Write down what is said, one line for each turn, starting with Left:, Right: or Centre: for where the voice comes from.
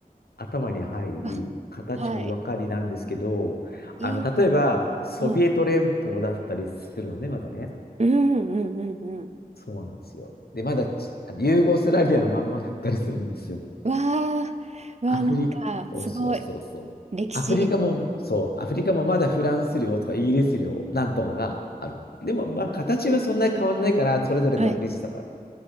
Left: 頭に入り、
Right: あ、
Left: 形もわかりなんですけど、
Right: はい。
Left: あの、
Right: いいですね。
Left: 例えば、ソビエト連邦だったりするのね、
Right: はい。
Left: まだね。
Right: うんうんうんうん。
Left: そうなんですよ。で、まだち、あのユーゴスラビアのまんまだったりするんですよ。
Right: わあ、うわあ、
Left: アフリ、
Right: なんかすごい
Left: そうそうそうそう。
Right: 歴史。
Left: アフリカも、そう、アフリカもまだフランス領とかイギリス領、なんとかがある。でも、まあ、形はそんなに変わんないから、それぞれ独立したから。
Right: はい。